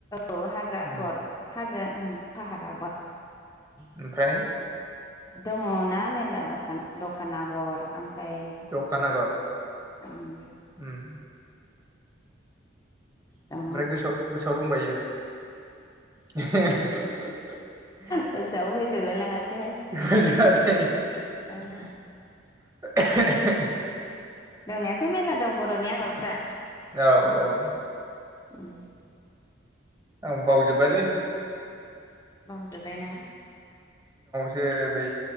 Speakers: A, on the left (about 15°); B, on the right (about 15°).
A: औ हाजो
B: उम
A: आगर हाजो उम फाहार आगर
B: ओमफ्राय
A: दङ ना मेरला दखान दखान आगर ओमफ्राय
B: दखान आगर
A: उम
B: उम ओमफ्राय
A: दङ
B: गोसोआव गोसोआव दंबायो
A: गोसोआव फैजोबलाय लाङासैहाय
B: <inaudible> <inaudible>
A: ओहो
B: <inaudible>
A: दंनायाथ' मेरला दं बर'नि आगरफ्रा
B: औ औ
A: उम
B: आं बावजोब बायलै
A: बावजोबायना
B: सो बै